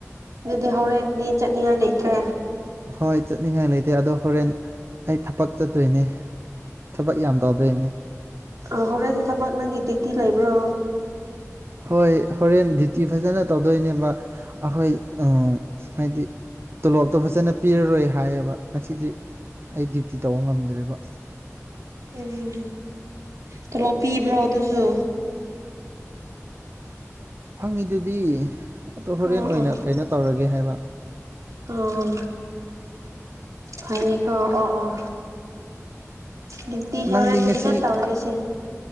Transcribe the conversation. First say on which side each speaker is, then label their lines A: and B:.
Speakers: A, on the right; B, on the right.
A: ꯑꯗꯨꯗꯤ ꯍꯧꯔꯦꯟꯗꯤ ꯆꯠꯅꯤꯡꯉꯥꯏ ꯂꯩꯇ꯭ꯔꯦ꯫
B: ꯍꯣꯏ ꯆꯠꯅꯤꯡꯉꯥꯏ ꯂꯩꯇꯦ ꯑꯗꯣ ꯍꯣꯔꯦꯟ ꯑꯩ ꯊꯕꯛ ꯆꯠꯇꯣꯏꯅꯦ꯫ ꯊꯕꯛ ꯌꯥꯝ ꯇꯧꯗꯣꯏꯅꯦ꯫
A: ꯑ ꯍꯣꯔꯦꯟꯁꯨ ꯊꯕꯛ ꯅꯪꯒꯤ ꯗ꯭ꯌꯨꯇꯤ ꯂꯩꯕ꯭ꯔꯣ꯫
B: ꯍꯣꯏ ꯍꯣꯔꯦꯟ ꯗ꯭ꯌꯨꯇꯤ ꯐꯖꯅ ꯇꯧꯗꯣꯏꯅꯦꯕ ꯑꯩꯈꯣꯏ ꯑꯝ ꯍꯥꯏꯗꯤ ꯇꯣꯂꯣꯞꯇꯣ ꯐꯖꯅ ꯄꯤꯔꯔꯣꯏ ꯍꯥꯏꯌꯦꯕ ꯉꯁꯤꯗꯤ ꯑꯩ ꯗ꯭ꯌꯨꯇꯤ ꯇꯧꯕ ꯉꯝꯗ꯭ꯔꯦꯕ꯫
A: ꯎꯝ ꯇꯣꯂꯣꯞ ꯄꯤꯕ꯭ꯔꯣ ꯑꯗꯨꯁꯨ꯫
B: ꯐꯪꯉꯤꯗꯨꯗꯤ ꯑꯗꯣ ꯍꯣꯔꯦꯟ
A: ꯑꯣ
B: ꯑꯣꯏꯅ
A: ꯑꯣ
B: ꯀꯩꯅꯣ ꯇꯧꯔꯒꯦ ꯍꯥꯏꯕ꯫
A: ꯑꯣ꯫ ꯐꯩꯌꯦꯀꯣ ꯑꯣ ꯑꯣ꯫ ꯗ꯭ꯌꯨꯇꯤ ꯍꯧꯔꯦꯟꯗꯤ
B: ꯅꯪꯗꯤ ꯉꯁꯤ
A: ꯐꯖꯟ ꯇꯧꯔꯒꯦ ꯁꯤ